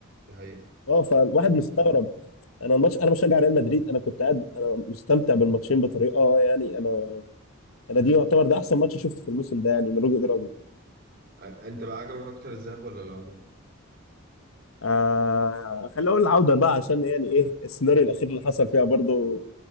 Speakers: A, on the right; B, on the left.
A: دي حقيقة
B: اه فالواحد مستغرب انا الماتش انا بشجع ريال مدريد انا كنت قاعد انا مستمتع بالماتشين بطريقه يعني انا انا دي يعتبر ده احسن ماتش شفته في الموسم ده يعني من وجهه نظري
A: آه، انت بقى عجبك اكتر الذهاب ولا العودة؟
B: آه خلينا اقول العوده بقى عشان يعني ايه السيناريو الاخير اللي حصل فيها برضو